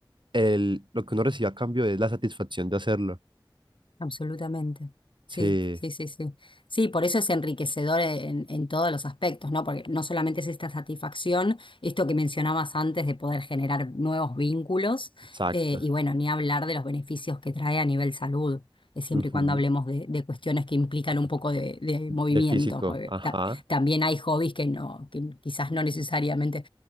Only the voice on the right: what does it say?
el, lo que uno recibe a cambio es la satisfacción de hacerlo.
Sí,
exacto.
Ujú.
De físico,
ajá.